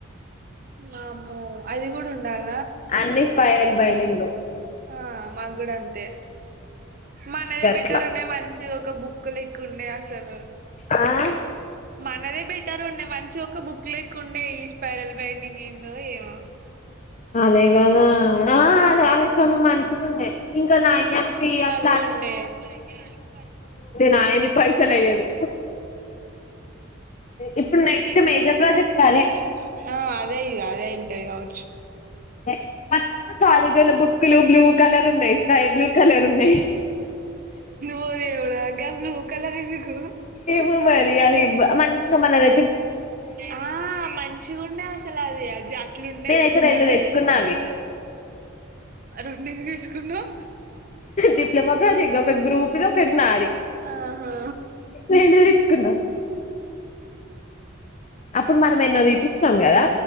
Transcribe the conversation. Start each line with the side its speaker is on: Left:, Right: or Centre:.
Right: వామ్మో అది గుడా ఉండాల
Left: అన్ని స్పైరల్ బైడింగు
Right: ఆ మాగ్గూడ అంతే మనది
Left: గట్లా
Right: బెటర్ ఉండే మన్ చ్చి ఒక బుక్ <unintelligible> ఉండే అసలు
Left: ఆ
Right: మనదే బెటర్ ఉండే మంచి ఒక బుక్ లేక్కు ఉండే ఈ స్పైరల్ బైండింగ్ ఏందో ఏమో
Left: అదే కదా ఆ అదే అది మంచిగ ఉండే ఇంక <unintelligible>
Right: ఇప్పుడు
Left: నాయని పైసలు అయ్యేదు ఇప్పుడు
Right: నెక్స్ట్
Left: మేజర్
Right: ప్రాజెక్ట్
Left: అదే
Right: అదే అదే ఇగ అదే వుంటది కావొచ్చు
Left: <unintelligible> కాలేజీల బుక్లు బ్లూ కలర్ ఉన్నాయి స్కై బ్లూ కలర్ ఉన్నాయ్
Right: ఓ దేవుడా గా బ్లూ కలర్ ఎందుకు కుహు
Left: మో మరి అది ఇవ మంచి మన ద
Right: ఆ మంచిగుండే అసలు అది అది అట్లుండే
Left: నేనైతే
Right: బుక్
Left: రెండు
Right: అంట
Left: తెచ్చుకున్నా అవి
Right: రెండు ఎందుకు తెచ్చుకున్నవ్
Left: డిప్లొమా ప్రాజెక్ట్ ఒకటి గ్రూప్ ది ఒకటి నాది
Right: ఆహా
Left: నే దెచ్చుకున్నా అప్పుడు మనం ఎన్నో థీపిచిన్నం కదా